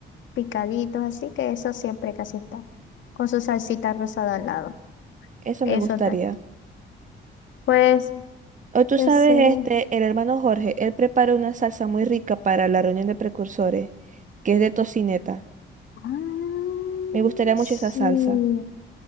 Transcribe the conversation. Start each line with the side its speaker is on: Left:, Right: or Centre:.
Left: picaditos así, que eso siempre casi está, con su salsita rosada al lado,
Right: Eso
Left: eso
Right: me gustaría.
Left: está. Pues,
Right: O tú
Left: ese
Right: sabes, este, el hermano Jorge, él prepara una salsa muy rica para la reunión de precursores, que es de tocineta.
Left: Ah,
Right: Me gustaría mucho
Left: sí,
Right: esa salsa.